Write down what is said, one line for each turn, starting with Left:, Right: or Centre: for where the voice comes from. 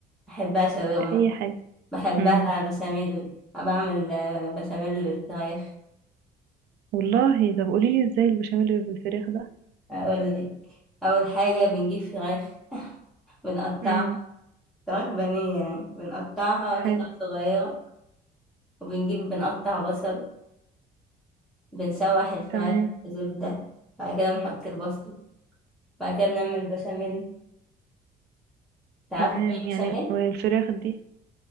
Centre: بحبها شاورما
Right: أي حاجة
Centre: بحبها
Right: امم
Centre: بشاميل أنا بعمل آه، بشاميل بالفراخ
Right: والله طب قوليلي ازاي البشاميل اللي بالفراخ ده
Centre: اقول لك اول حاجه بنجيب فراخ <laughs> بنقطعها
Right: امم
Centre: فراخ بانيه يعني بنقطعها
Right: حلو
Centre: قطع صغيره وبنجيب بنقطع بصل بنشوح الفراخ
Right: تمام
Centre: في زبده بعد كده بنحط البصل بعد كده بنعمل بشاميل تعرفي
Right: تمام
Centre: تعملي بشاميل
Right: يعني الفراخ دي